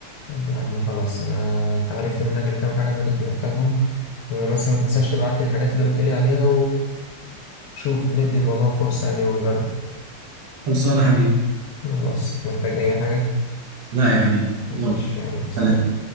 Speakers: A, on the left; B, on the right.
A: يا عم خلاص أنا عرفت منك الكام حاجة اللي كنت محتاجهم وبس ما تنساش تبعتلي الحاجات اللي قلتلي عليها وشوف ندي الموضوع فرصة يعني ونجرب
B: خلصانه يا حبيبي
A: خلاص أنت محتاج أي حاجة
B: لا يا حبيبي
A: ماشي
B: يلا
A: يلا سلام
B: سلام